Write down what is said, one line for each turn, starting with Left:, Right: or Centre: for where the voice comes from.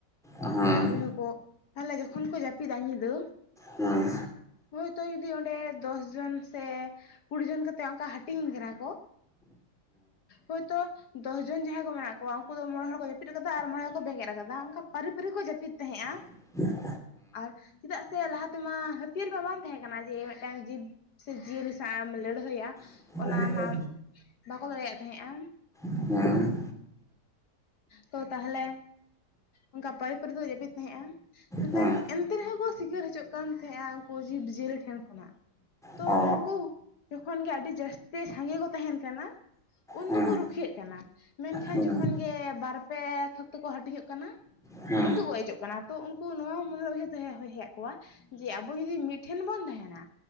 Centre: ᱦᱩᱸ
Left: ᱛᱩᱭᱩ ᱠᱚ ᱛᱟᱦᱞᱮ ᱡᱚᱠᱷᱚᱱ ᱠᱚ ᱡᱟᱹᱯᱤᱫᱟ ᱧᱤᱫᱟᱹ
Centre: ᱦᱮᱸ
Left: ᱦᱳᱭ ᱛᱚ ᱡᱩᱫᱤ ᱚᱸᱰᱮ ᱫᱚᱥ ᱡᱚᱱ ᱥᱮ ᱠᱩᱲᱤ ᱡᱚᱱ ᱠᱟᱛᱮᱜ ᱚᱱᱠᱟ ᱦᱟᱹᱴᱤᱧ ᱠᱟᱱᱟ ᱠᱚ ᱦᱳᱭ ᱛᱚ ᱫᱚᱥ ᱡᱚᱱ ᱡᱟᱦᱟᱸᱭ ᱠᱚ ᱢᱮᱱᱟᱜ ᱠᱚᱣᱟ ᱩᱱᱠᱩ ᱫᱚ ᱢᱚᱬᱮ ᱦᱚᱲ ᱠᱚ ᱡᱟᱹᱯᱤᱫ ᱠᱟᱫᱟ ᱟᱨ ᱢᱚᱬᱮ ᱦᱚᱲ ᱠᱚ ᱵᱮᱸᱜᱮᱫ ᱠᱟᱫᱟ᱾ ᱚᱱᱠᱟ ᱯᱟᱹᱨᱤ ᱯᱟᱹᱨᱤ ᱠᱚ ᱡᱟᱹᱯᱤᱫ ᱛᱟᱦᱮᱜ-ᱟ ᱾
Centre: <inaudible>
Left: ᱟᱨ ᱪᱮᱫᱟᱜ ᱥᱮ ᱞᱟᱦᱟ ᱛᱮᱢᱟ ᱦᱟᱹᱛᱭᱟᱹᱨ ᱢᱟ ᱵᱟᱝ ᱛᱟᱦᱮᱸ ᱠᱟᱱᱟ ᱡᱮ ᱢᱤᱫᱴᱟᱝ ᱡᱤᱵᱽ- ᱥᱮ ᱡᱤᱭᱟᱹᱞᱤ ᱥᱟᱶ ᱮᱢ ᱞᱟᱹᱲᱦᱟᱹᱭᱟ᱾
Centre: <inaudible>
Left: ᱚᱱᱟ ᱢᱟ ᱵᱟᱠᱚ ᱫᱟᱲᱮᱭᱟᱜ ᱛᱟᱦᱮᱜ-ᱟ᱾
Centre: ᱦᱩᱸ
Left: ᱛᱚ ᱛᱟᱦᱟᱞᱮ ᱚᱱᱠᱟ ᱯᱟᱹᱨᱤ ᱯᱟᱹᱨᱤ ᱛᱮᱠᱚ ᱡᱟᱹᱯᱤᱫ ᱛᱟᱦᱮᱜ-ᱟ᱾ ᱢᱮᱱᱠᱷᱟᱱ
Centre: ᱦᱩᱸ
Left: ᱮᱱᱛᱮ ᱨᱮᱦᱚᱸ ᱠᱚ ᱥᱤᱠᱟᱹᱨ ᱦᱚᱪᱚᱜ ᱠᱟᱱ ᱛᱟᱦᱮᱜ-ᱟ, ᱩᱱᱠᱩ ᱡᱤᱵᱽ-ᱡᱤᱭᱟᱹᱞᱤ ᱴᱷᱮᱱ ᱠᱷᱚᱱᱟᱜ᱾ ᱛᱚ
Centre: ᱚ
Left: ᱩᱱᱠᱩ ᱡᱚᱠᱷᱚᱱ ᱜᱮ ᱟᱹᱰᱤ ᱡᱟᱹᱥᱛᱤ ᱥᱟᱸᱜᱮ ᱠᱚ ᱛᱟᱦᱮᱱ ᱠᱟᱱᱟ᱾ ᱩᱱ
Centre: ᱦᱩᱸ
Left: ᱫᱚᱠᱚ ᱨᱩᱠᱷᱤᱭᱟᱹᱜ ᱠᱟᱱᱟ᱾ ᱢᱮᱱᱠᱷᱟᱱ
Centre: ᱦᱩᱸ
Left: ᱡᱚᱠᱷᱚᱱ ᱜᱮ ᱵᱟᱨ, ᱯᱮ ᱛᱷᱚᱠ ᱛᱮᱠᱚ ᱦᱟᱹᱴᱤᱧᱚᱜ ᱠᱟᱱᱟ᱾
Centre: ᱚ ᱦᱮᱸ
Left: ᱩᱱ ᱫᱚ ᱜᱚᱡ ᱚᱪᱚᱜ ᱠᱟᱱᱟ, ᱛᱚ ᱩᱱᱠᱩ ᱱᱚᱣᱟ ᱢᱚᱱᱮ ᱨᱮ ᱩᱭᱦᱟᱹᱨ ᱛᱟᱦᱮᱸ ᱦᱮᱡ ᱫᱚ ᱦᱮᱡ ᱟᱫ ᱠᱚᱣᱟ᱾ ᱡᱮ ᱟᱵᱚ ᱡᱩᱫᱤ ᱢᱤᱫ ᱴᱷᱮᱱ ᱵᱚᱱ ᱛᱟᱦᱮᱱᱟ᱾